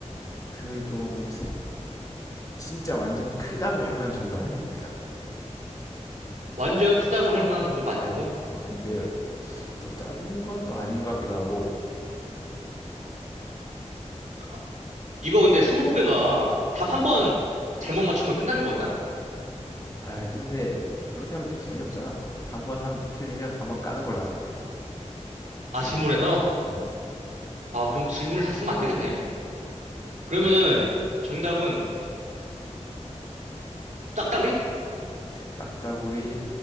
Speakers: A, on the left; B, on the right.
A: 그 좀, 진짜 완전 크다고 할 만한 정도 아니야, 일단.
B: 완전 크다고 할 만한 정도가 아니라고?
A: 어, 근데 또 작은 건 또 아닌 것 같기도 하고,
B: 아, 이거 근데 스무고개가 답 한
A: 음.
B: 번 잘못 맞추면 끝나는 거였나?
A: 아, 근데 그렇게 하면 또 재미없잖아. 한번 한, 틀리면 한 번 까는 걸로 하자, 그러면.
B: 아,
A: 질문.
B: 질문에서?
A: 음,
B: 아, 그럼 질문을 다 쓰면 안 되겠네. 그러면은
A: 잘
B: 정답은 딱따구리?
A: 딱따구리